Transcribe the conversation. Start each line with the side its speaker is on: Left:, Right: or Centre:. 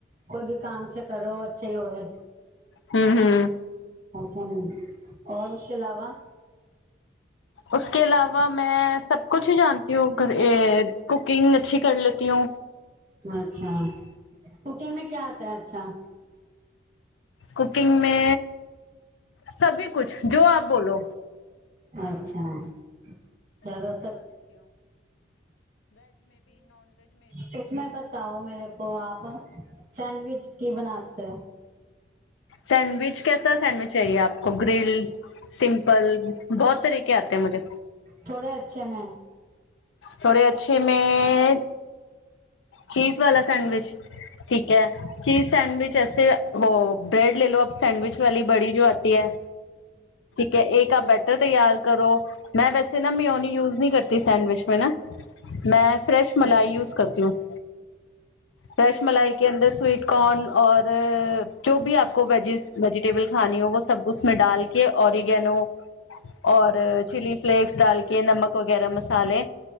Right: કોઈ ભી કામ છે કરો છે હોય.
Left: હમ હમ
Right: ઓ ઓરકે અલાવા
Left: ઉકે અલાવા મેં સબ કુછ હ જાનતી હું ઘ કુકિંગ અચ્છી કર લેતી હું
Right: અચ્છા કુકિંગ મેં ક્યા આતા અચ્છા?
Left: કુકિંગ મે સભી કછ જો આપ બોલો
Right: અચ્છા ચલો સહી <unintelligible> બતાઓ મેરે કો આપ સેડવિચ કે બનાતે
Left: સેન્ડવિચ કસાા સન્ડવિચ ચાએ આપ ઓ ગ્રલ સિમ્પલ બહત તરીકે આતે મુજે
Right: થોડે અચ્છે મે
Left: થોડે અચ્છે મેં ચીઝ વા સેન્ડવિચ ઠીક કયા ચીઝ સેન્ડવિચ એ હો બ્રેડ લે લો આપ સેન્ડવિચ વાલી બડી જો આતી હૈ. કે એક આપ બેટર તૈયાર કરો મેં વેસે ના મિયોની યુઝ નહી કરતી સેન્ડવિચ મે ન મેં ફ્રેેશ મલાઈ યુઝ કરતી હું. ફ્રેશ મલાઈ કે અંદર સ્વીટ કોન ઓર જો ભી આપકો વેજિસ વેજિટેબલ ખાની હોય સબ ઉમાં ડાલ કે ઓરિગેનો ઔર ચીલ્લી ફ્લેક્સ ડાલકે નમક વગેર મસાલે